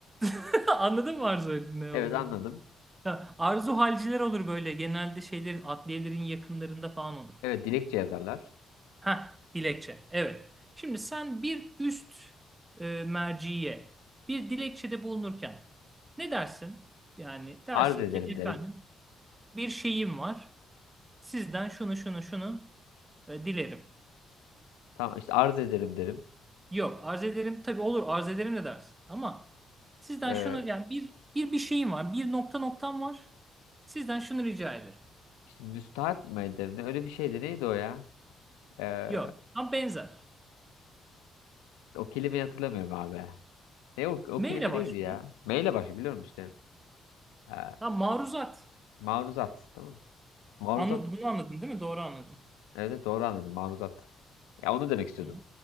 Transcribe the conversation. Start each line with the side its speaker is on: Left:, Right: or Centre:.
Right: <laughs> Anladın mı arzu halin ne
Left: Evet
Right: olduğunu?
Left: anladım.
Right: Ya, arzu halciler olur böyle. Genelde şeylerin adliyelerin yakınlarında falan olur.
Left: Evet dilekçe yazarlar.
Right: Ha, dilekçe. Evet. Şimdi sen bir üst e, merciye bir dilekçede bulunurken ne dersin? Yani dersin
Left: Arz ederim
Right: ki efendim
Left: derim.
Right: bir şeyim var. Sizden şunu şunu şunu e, dilerim.
Left: Tamam işte arz ederim derim.
Right: Yok, arz ederim tabii olur arz ederim de dersin. Ama sizden
Left: Ee,
Right: şunu yani bir bir bir şeyim var. Bir nokta noktam var. Sizden şunu rica ederim.
Left: işte müstahak mı ederim ne? Öyle bir şeydi. Neydi o ya? Ee,
Right: Yok. Ama benzer.
Left: O kelimeyi hatırlamıyorum abi. Ne o, o
Right: M
Left: kelime
Right: ile
Left: neydi
Right: başlıyor.
Left: ya? M ile başlıyor biliyorum işte. Ee,
Right: Ha, maruzat.
Left: maruzat. Tamam. Maruzat.
Right: Anladın, bunu anladın değil mi? Doğru anladın.
Left: Evet evet, doğru anladım. Maruzat. Ya onu demek istiyordum.
Right: Hı.